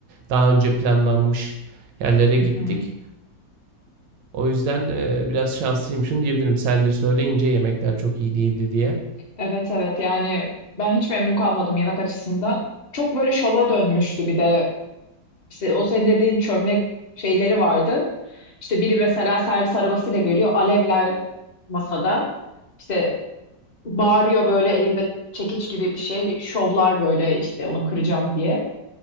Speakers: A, on the right; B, on the left.
A: daha önce planlanmış yerlere
B: Hı
A: gittik.
B: hı.
A: O yüzden, eee, biraz şanslıymışım diyebilirim. Sen de söyleyince yemekler çok iyi değildi diye.
B: Evet evet yani ben hiç memnun kalmadım yemek açısından. Çok böyle şova dönmüştü bir de İşte o senin dediğin çömlek şeyleri vardı. İşte biri mesela servis arabasıyla geliyor. Alevler masada. İşte bağırıyor böyle elinde çekiç gibi bir şey. Şovlar böyle işte onu kıracağım diye.